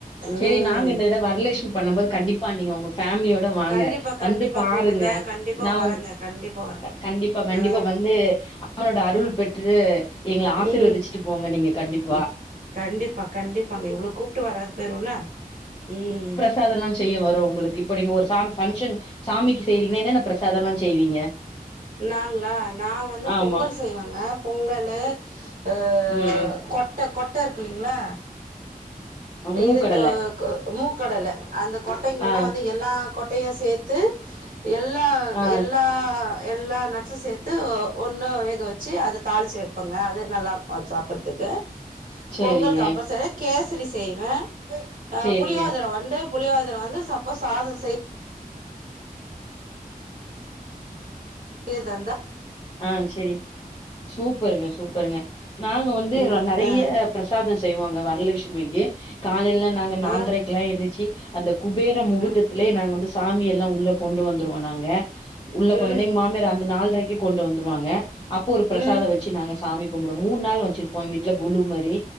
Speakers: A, on the right; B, on the left.
A: ம்
B: சரி நாங்க இந்த தடவ வரலஷ்மி பண்ணும் போது கண்டிப்பா நீங்க உங்க ஃபேம்லியோட வாங்க
A: கண்டிப்பா கண்டிப்பா
B: வந்து பாருங்க
A: கூப்டுங்க கண்டிப்பா
B: நா
A: வரேங்க
B: உங்
A: கண்டிப்பா வரே
B: கண்டிப்பா கண்டிப்பா
A: ஆ
B: வந்து அம்மனோட அருள்
A: ம்
B: பெற்று எங்கள ஆசிர்வதிச்சுட்டு
A: ம்
B: போங்க நீங்க கண்டிப்பா
A: ம் கண்டிப்பா கண்டிப்பாங்க இவ்ளோ கூப்ட்டு வராத போயிருவனா ம்
B: பிரசாதல்லா செய்ய வரும் உங்களுக்கு இப்போ நீங்க ஒரு சாமி பங்க்ஷன் சாமிக்கு செய்றீங்கன்னா என்னென்ன பிரசாதம்லா செய்வீங்க
A: நாங்களா நா வந்து
B: ஆமா
A: பொங்கல் செய்வேங்க பொங்கலு அ
B: ம்
A: கொட்ட கொட் ட இருக்கு இல்லிங்களா
B: ம் மூக்கடல
A: இது கா மூக்கடல அந்த கொட்டைங்கல்லா
B: ஆ
A: வந்து எல்லா கொட்டயும் சேத்து எல்லா
B: ஆ
A: எல்லா எல்லா நட்ஸும் சேத்து ஒன்னா வேக வச்சு அத தாளிச்சு வப்பங்க அது நல்லாருக்கும் அது சாப்பறதுக்கு
B: சேரிங்க
A: பொங்கல் கம்பல்சரி கேசரி செய்வே அ
B: சேரிங்க
A: புளியோதர வந்து புளியாதர வந்து சப்போஸ் சாதம் செய் ஏதுந்த
B: ஆன் செரி சூப்பருங்க சூப்பருங்க நாங்க வந்து
A: ம்
B: நறைய
A: ஆ
B: பிரசாதம் செய்வோங்க வரலஷ்மிக்கு காலேல நாங்க நால்ரைக்லா
A: ஆ
B: ஏந்திரிச்சு அந்த குபேர முகுத்தத்துலயே
A: ம்
B: நாங்க வந்து சாமி எல்லா உள்ள கொண்டு வந்துருவோ நாங்க உள்ள
A: ம்
B: கொண்டு வந்த எங்க மாமியார் அந்த நால்ரைக்கு கொண்டு வந்துருவாங்க அப்போ ஒரு பிரசாத
A: ம்
B: வச்சு நாங்க சாமி கும்புடுவோ மூணு நாள் வச்சிருப்போம் எங்க வீட்ல கொலு மாரி